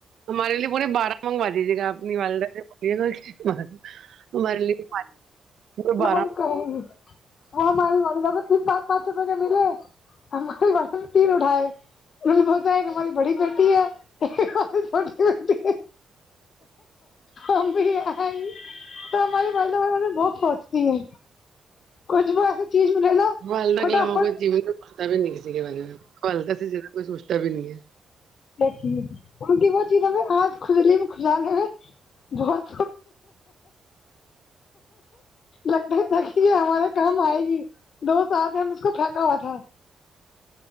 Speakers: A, on the right; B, on the left.
A: ہمارے لیے پورے بارہ منگوا دیجیے گا آ اپنی والدہ سے ب گ ہمارے لیے
B: اب
A: بارہ
B: ہم کہیں گے وہ ہماری والدہ تین پانچ پانچ روپے کا ملے ہماری والدہ تین اٹھائے ان نے بتا ہے ایک ہماری بڑی بیٹی ہے ایک ہماری چھوٹی بیٹی ہے ہم بھی ہے تو ہماری والدہ ہمارے بارے میں بہت سوچتی ہے کچھ بھی ایسے چیز ملے نہ
A: والدہ
B: فٹافٹ
A: کے علاوہ کوئی جیون میں سوچتا بھی نہیں بارے میں پلتا ج کوئی سوچتا بھی نہیں ہے
B: کیونکہ وہ چیز ہم آج خزلی میں خشحال ہے بہت لگتا تھا کہ یہ ہمارے کام آئے گی دو سال سے ہم اس کو پھیکا ہوا تھا